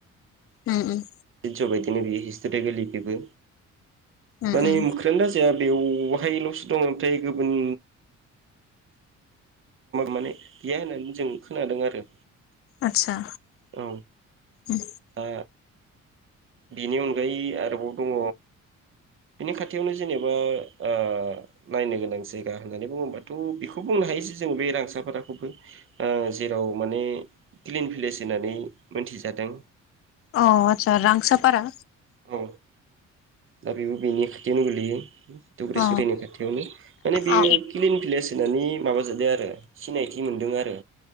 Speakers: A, on the left; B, on the right.
A: उम उम।
B: जि ज' बायदिनो बियो हिस्ट'रिकेलि बेबो
A: उम
B: माने
A: उम
B: <unintelligible> बेवहायल'सो दं ओमफ्राय गुबुन माने गैया होननानै जों खोनादों आरो।
A: आच्छा
B: औ
A: उम।
B: दा बेनि अनगायै आरोबाव दङ' बिनि खाथियावनो जेनेबा ओ नायनो गोनां जायगा होननानै बुङोबाथ' बेखौ बुंनो हायो ज जों बे रांसाफाराखौबो जेराव माने क्लिन भिलेज होननानै मोनथिजा दों।
A: अ' आतसा रांसाफारा
B: औ दा बेबो बेनि खाथियावनो गोलैयो दुब्रेसुरिनि
A: अ
B: खाथियावनो माने बेयो
A: अ
B: क्लिन भिलेस होननानै नि माबा जादों आरो सिनायथि मोनदों आरो।